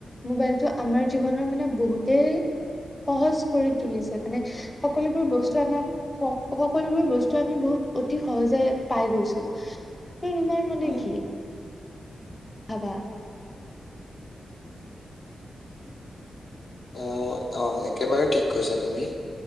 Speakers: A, on the left; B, on the left.
A: মোবাইলতটো আমাৰ জীৱনৰ মানে বহুতেই সহজ কৰি তুলিছে মানে, সকলোবোৰ বস্তু আমাক স' সকলোবোৰ বস্তু আমি বহুত অতি সহজে পাই গৈছো ত তোমাৰ মানে
B: উম
A: কি? ভবা।
B: অ', অ', একেবাৰে ঠিক কৈছা তুমি।